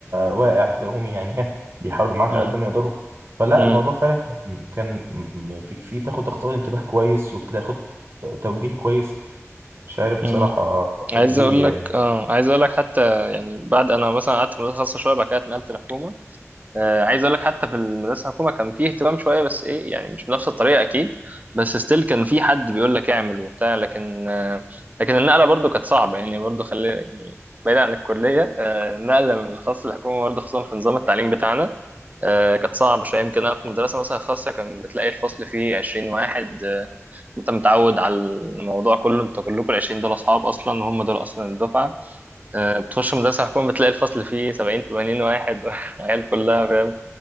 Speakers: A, on the right; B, on the right.
A: واقع هتلاقوهم يعني <laughs> بيحاولوا معاك
B: مم.
A: على قد ما يقدروا فلا
B: مم.
A: الموضوع فعلا كان كان م- م- في في بتاخد تاخد انتباه كويس وبتاخد توجيه كويس مش عارف
B: مم.
A: بصراحة الواحد
B: عايز
A: ليه
B: اقول لك اه عايز اقول لك حتى يعني بعد انا مثلا قعدت في مدرسة خاصة شوية بعد كده اتنقلت لحكومة آه، عايز اقول لك حتى في المدرسه الحكومه كان فيه اهتمام شويه بس ايه يعني مش بنفس الطريقه اكيد بس ستيل كان في حد بيقول لك اعمل وبتاع لكن آه، لكن النقله برضو كانت صعبه يعني برضو خلي يعني بعيد عن الكليه آه، النقله من الخاص للحكومه برضو خصوصا في نظام التعليم بتاعنا آه، كانت صعبه شويه يمكن انا في مدرسه مثلا خاصه كان بتلاقي الفصل فيه 20 واحد آه، انت متعود على الموضوع كله انت كلكم ال 20 دول اصحاب اصلا وهم دول اصلا الدفعه آه، بتخش مدرسه حكومه بتلاقي الفصل فيه 70 80 واحد <laughs> وعيال كلها فاهم